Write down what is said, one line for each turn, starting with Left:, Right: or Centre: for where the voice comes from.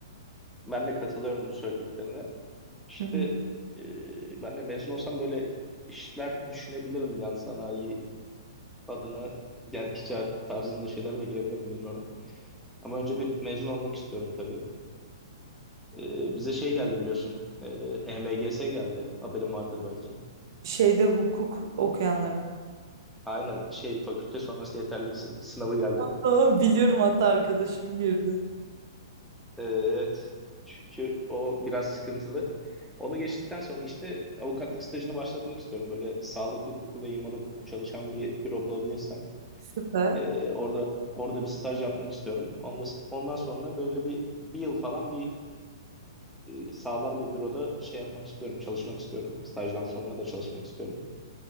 Centre: ben de katılıyorum bu söylediklerine. İşte
Right: Hı.
Centre: e, ben de mezun olsam böyle işler düşünebilirim yan sanayi adına yani ticaret tarzında şeylere de girebilirim bilmiyorum. Ama önce bir mezun olmak istiyorum tabii. E, bize şey geldi biliyorsun. E, HMGS geldi. Haberin vardır belki.
Right: Şeyde hukuk okuyanları mı?
Centre: Aynen şey fakülte sonrası yeterlilik sın- sınavı geldi.
Right: Avukata <laughs> biliyorum hatta arkadaşım girdi.
Centre: E, evet. Çünkü o biraz sıkıntılı. Onu geçtikten sonra işte avukatlık stajını başlatmak istiyorum. Böyle sağlık hukuku ve imar hukuku çalışan bir büro bulabilirsem.
Right: Süper.
Centre: Ee, orada orada bir staj yapmak istiyorum. Ondan, ondan sonra böyle bir bir yıl falan bir e, sağlam bir büroda şey yapmak istiyorum, çalışmak istiyorum. Stajdan sonra da çalışmak istiyorum.